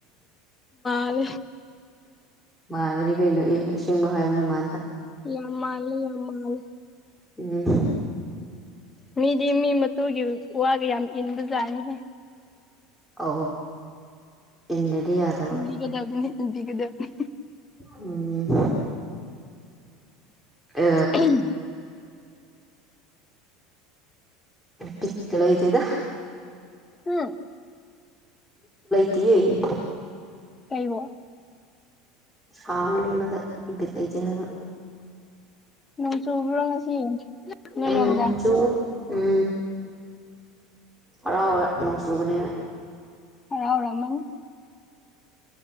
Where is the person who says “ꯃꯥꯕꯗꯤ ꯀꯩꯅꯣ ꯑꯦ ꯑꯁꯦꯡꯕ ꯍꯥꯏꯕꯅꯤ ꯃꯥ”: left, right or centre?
Centre